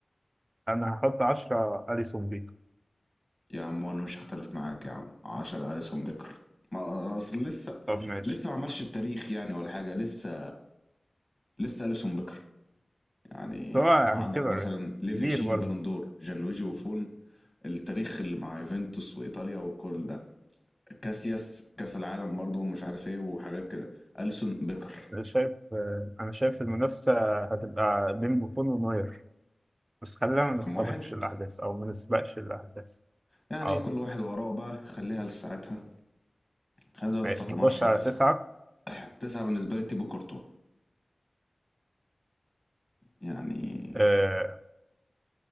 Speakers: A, on the right; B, on the left.
A: انا هحط عشرة أليسون بيكو
B: يا عم وأنا مش هختلف معاك يا عم عشرة أليسون بيكر ما آه، أصل لسه
A: طب ماشي
B: لسه ما عملش التاريخ يعني ولا حاجة لسه لسه أليسون بيكر يعني
A: بس هو يعني
B: عندك
A: كبر
B: مثلا ليفيا
A: كبير
B: شين
A: برضه
B: بالون دور جان لويجي وفون التاريخ اللي مع يوفنتوس وإيطاليا وكل ده كاسياس كاس العالم برضه ومش عارف ايه وحاجات كده اليسون بيكر
A: انا شايف آه، انا شايف المنافسة هتبقى بين بوفون ونوير بس خلينا ما
B: رقم
A: نستبقش
B: واحد
A: الأحداث أو ما نسبقش الأحداث
B: يعني
A: اه
B: كل واحد وراه بقى خليها لساعتها خلينا دلوقتي
A: ماشي
B: في رقم
A: نخش
B: 10
A: على
B: وتسعة
A: تسعة
B: تسعة بالنسبة لي تيبو كورتوا يعني
A: آه